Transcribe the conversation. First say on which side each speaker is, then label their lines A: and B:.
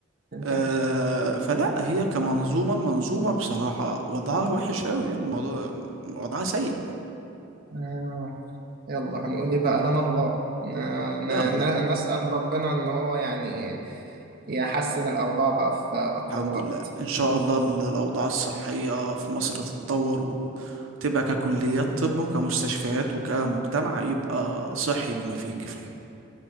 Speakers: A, on the right; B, on the right.
A: ما
B: آه، فلا هي كمنظومة المنظومة بصراحة وضعها وحش أوي يعني الموضوع وضعها سيء
A: ينفعش يلا هنقول ايه بقى لنا الله ن-
B: يلا
A: ن- نسأل ربنا ان هو يعني يحسن الاوضاع بقى في اقرب
B: الحمد
A: وقت
B: لله إن شاء الله ال- الأوضاع الصحية في مصر تتطور و- وتبقى ككليات طب وكمستشفيات وكمجتمع يبقى صحي بما فيه الكفاية